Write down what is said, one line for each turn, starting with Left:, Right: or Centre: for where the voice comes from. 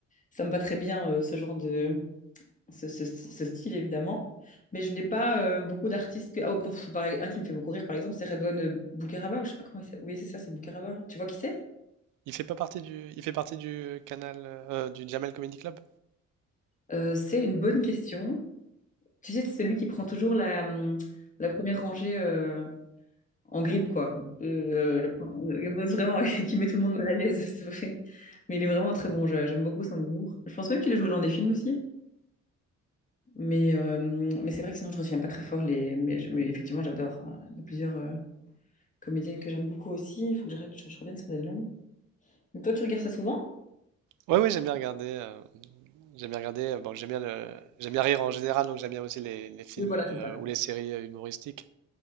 Left: ça me va très bien, euh, ce genre de, ce, ce, ce style, évidemment. Mais je n'ai pas euh, beaucoup d'artistes. Que... ah, oh, pff, par- e-, un qui me fait beaucoup rire, par exemple, c'est Redouane Bougaraba, ou je sais pas comment il s'appelle. Oui, c'est ça, c'est Bougaraba. Tu vois qui c'est?
Right: Il fait pas partie du, il fait partie du canal euh, du Jamel Comedy Club?
Left: Euh, c'est une bonne question. Tu sais, c'est celui qui prend toujours la, hum, la première rangée euh, en grippe, quoi. Euh, la- vraiment, <laughs> qui met tout le monde mal à l'aise, c'est vrai. Mais il est vraiment très bon, je- j'aime beaucoup son humour. Je pense même qu'il a joué dans des films aussi. Mais, euh, mais c'est vrai que sinon, je ne retiens pas très fort les. Mais, je- mais effectivement, j'adore. hein. Il y a plusieurs. euh, comédienne que j'aime beaucoup aussi. Il faut que je, je- je revienne sur des noms. Donc toi, tu regardes ça souvent?
Right: Ouais, ouais, j'aime bien regarder. euh, j'aime bien regarder. euh, Bon, j'aime bien le- j'aime bien rire en général, donc j'aime bien aussi les, les films
Left: Oui, voilà, c'est
Right: euh,
Left: ça.
Right: ou les séries euh, humoristiques.